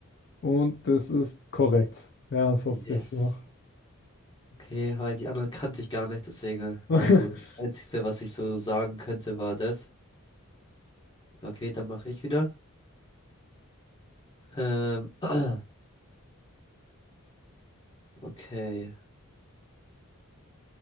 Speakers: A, on the left; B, on the left.
A: Und das ist korrekt. Ja, das hast
B: Yes.
A: du richtig gemacht.
B: Okay, weil die anderen kannte ich gar nicht, deswegen
A: <laughs>
B: war so das Einzige, was ich so sagen könnte, war das. Okay, dann mache ich wieder. Ähm, <clears throat> okay.